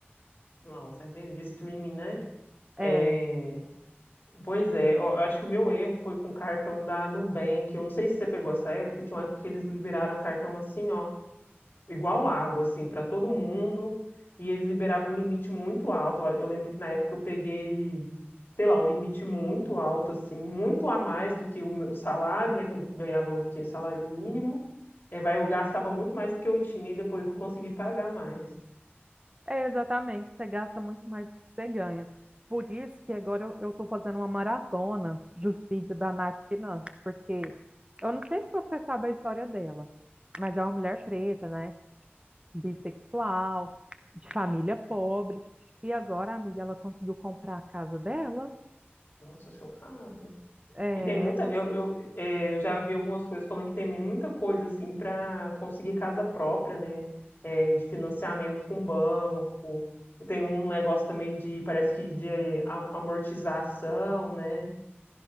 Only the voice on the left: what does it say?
Nossa, é mesmo, de streaming, né? É,
pois é, eu eu acho que o meu erro foi com o cartão da Nubank. Eu não sei se você pegou essa época, tinha uma época que eles liberaram cartão assim, ó igual água, assim, para todo mundo. E eles liberavam um limite muito alto. Eu lembro que na época eu peguei, sei lá, um limite muito alto, assim, muito a mais do que o meu salário, né? Que eu ganhava o quê? Salário mínimo. É, vai, eu gastava muito mais do que eu tinha e depois não consegui pagar mais.
Nossa, chocado.
E tem muita.
Eu, eu, é, eu já vi algumas coisas falando que tem muita coisa assim para conseguir casa própria, né? É, de financiamento com banco. Tem um negócio também de, parece que de a- amortização, né?